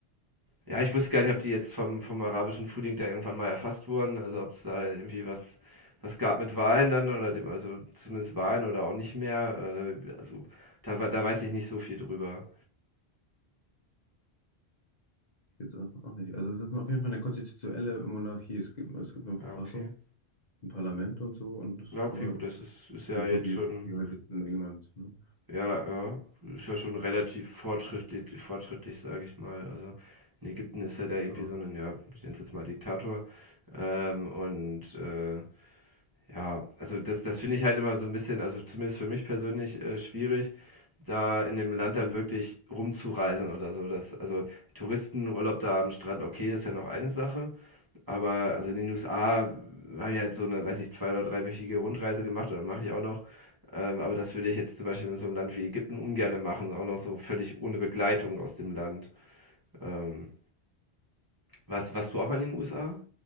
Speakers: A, on the right; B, on the left.
A: Ja, ich wusste gar nicht, ob die jetzt vom, vom arabischen Frühling da irgendwann mal erfasst wurden. Also ob es da irgendwie was, was gab mit Wahlen dann oder dem, also zumindest Wahlen oder auch nicht mehr. Äh, Also da, we- da weiß ich nicht so viel drüber.
B: Jetzt auch, auch nicht. Also es ist auf jeden Fall eine konstitutionelle Monarchie. Es gibt, es gibt eine
A: Ja,
B: Verfassung,
A: okay.
B: ein Parlament und so, und das,
A: Ja, okay,
B: aber
A: gut, das ist ist ja
B: nicht
A: jetzt
B: so wie,
A: schon
B: wie halt jetzt in England. Ne?
A: ja, ja, ist ja schon relativ fortschrittlich fortschrittlich, sage ich mal. Also, in Ägypten ist ja da
B: Genau.
A: irgendwie so ein ja, ich nenne es jetzt mal Diktator, ähm, und, äh ja, also das das finde ich halt immer so ein bisschen also zumindest für mich persönlich, äh, schwierig, da in dem Land dann wirklich rumzureisen oder so. Das also Touristenurlaub da am Strand, okay, ist ja noch eine Sache, aber also in den USA habe ich halt so eine, weiß ich, zwei oder dreiwöchige Rundreise gemacht oder mache ich auch noch. Ähm, aber das würde ich jetzt zum Beispiel in so einem Land wie Ägypten ungerne machen, auch noch so völlig ohne Begleitung aus dem Land. Ähm, was warst du auch mal in den USA?